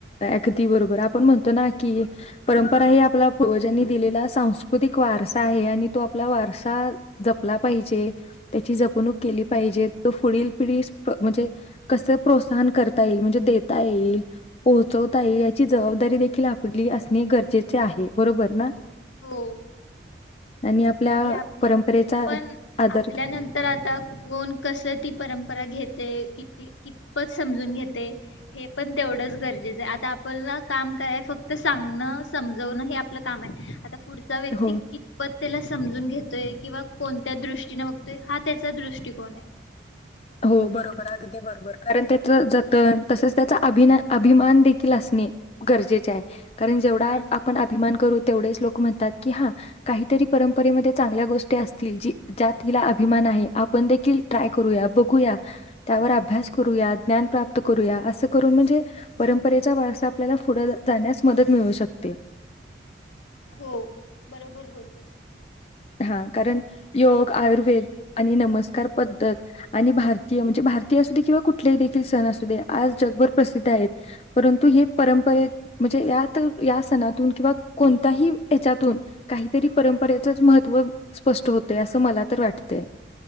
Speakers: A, on the left (about 30°); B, on the left (about 80°).
A: अगदी बरोबर आपण म्हणतो ना की परंपरा हि आपल्या पूर्वजांनी दिलेला सांस्कृतिक वारसा आहे. आणि तो आपला वारसा जपला पाहिजे. त्याची जपणूक केली पाहिजे. तो पुढील पिढीस म्हणजे कस प्रोत्साहन करता येईल म्हणजे देता येईल पोहोचवता येईल याची जबाबदारी देखील आपली असणे गर ते चे आहे बरोबर ना?
B: हो
A: आणि आपल्या
B: ही आपली
A: परंपरेचा
B: पण
A: आदर
B: आपल्यानंतर आता कोण कस ती परंपरा घेत. ते किती कितपत समजून घेते हे पण तेवढंच गरजेचं हाय. अता आपणला काम काय आहे फक्त सांगणं समजवन हे आपलं काम आहे. अता फ पुढचा व्यक्ती
A: हो
B: कितपत त्याला समजून घेतोय किंवा कोणत्या दृष्टीने बघतोय हा त्याचा दृष्टिकोन आहे.
A: हो बरोबर अगदी बरोबर कारण त्याच जतन तसच त्याचा अभि अभिमान देखील असणे गरजेचे आहे. कारण जेवढा
B: हा
A: आपण अभिमान करू तेवढेच लोक म्हणता की हा काहीतरी परंपरेमध्ये चांगल्या गोष्टी असतील जी ज्यात हीला अभिमान आहे आपण देखील ट्राय करूया बघु ऐकूया त्यावर अभ्यास करूया. ज्ञान प्राप्त करूया. असं प्राप्त करून म्हणजे परंपरेचा वारसा आपल्याला पुढ जाण्यास मदत मिळू शकते.
B: हो बरोबर बोलली.
A: हा कारण योग आयुर्वेद आणि नमनं स्कार पद्धत आणि भारतीय म्हणजे भारतीय असुदे किंवा कुठले देखील सण असुदे आज जगभर प्रसिद्ध आहेत. परंतु हे परंपरे म्हणजे यात ह्या सणातुन किंवा कोणत्याही ह्याच्यातून काहीतरी परम परेचच महत्त्व स्पष्ट होते असं मला तर वाटतंय.